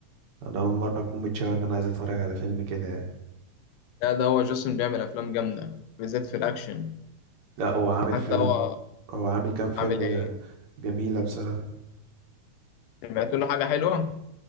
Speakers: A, on the right; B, on the left.
A: انا اول مره اكون متشوق ان انا عايز اتفرج على فيلم كده يعني
B: لا ده هو جاسون بيعمل أفلام جامدة بالذات في الأكشن
A: لا هو عامل
B: حتى
A: فيلم
B: هو
A: هو عامل كام فيلم
B: عامل إيه
A: جا- جميله بصراحه
B: سمعت له حاجة حلوة